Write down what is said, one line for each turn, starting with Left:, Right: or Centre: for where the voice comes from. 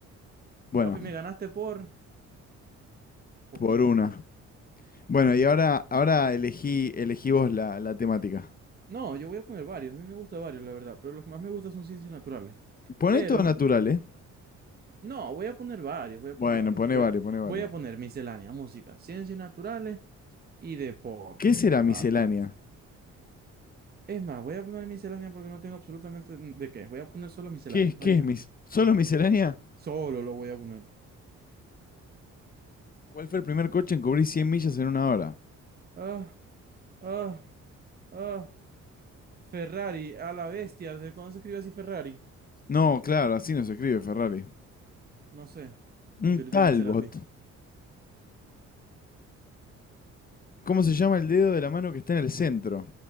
Left: Bueno,
Right: Papi, me ganaste por poquito.
Left: por una. Bueno, y ahora, ahora elegí, elegí vos la, la temática.
Right: No, yo voy a poner varios. A mí me gustan varios, la verdad. Pero los que más me gustan son ciencias naturales.
Left: Poné
Right: Pero
Left: todo natural, ¿eh?
Right: No, voy a poner varios, voy a
Left: Bueno,
Right: poner varios.
Left: poné
Right: Voy
Left: varios,
Right: a,
Left: poné varios.
Right: voy a poner miscelánea, música, ciencias naturales y deporte,
Left: ¿Qué será miscelánea?
Right: papá. Es más, voy a poner miscelánea porque no tengo absolutamente de qué. Voy a poner solo miscelánea,
Left: ¿Qué es, qué
Right: ¿viste?
Left: es mis... ¿Solo miscelánea?
Right: Solo lo voy a poner.
Left: ¿Cuál fue el primer coche en cubrir 100 millas en una hora?
Right: Ah, ah, ah. Ferrari, a la bestia. ¿Desde cuándo se escribe así Ferrari?
Left: No, claro, así no se escribe Ferrari.
Right: No sé.
Left: Un
Right: Yo le
Left: Talbot.
Right: di a Maserati.
Left: ¿Cómo se llama el dedo de la mano que está en el centro?